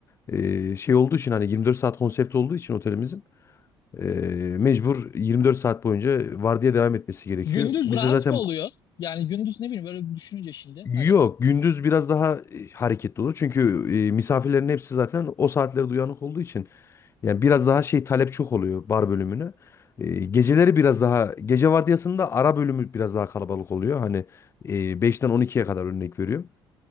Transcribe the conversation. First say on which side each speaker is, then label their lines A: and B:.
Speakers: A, on the left; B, on the left.
A: Ee, şey olduğu için hani 24 saat konsept olduğu için otelimizin e, mecbur 24 saat boyunca vardiya devam etmesi gerekiyor.
B: Gündüz
A: Biz
B: rahat
A: de zaten
B: mı oluyor? Yani gündüz ne bileyim böyle bir düşününce şimdi
A: Yok,
B: hani
A: gündüz biraz daha e, hareketli olur. Çünkü e, misafirlerin hepsi zaten o saatlerde uyanık olduğu için yani biraz daha şey talep çok oluyor bar bölümüne. E, geceleri biraz daha gece vardiyasında ara bölümü biraz daha kalabalık oluyor. Hani e, 5'ten 12'ye kadar örnek veriyorum.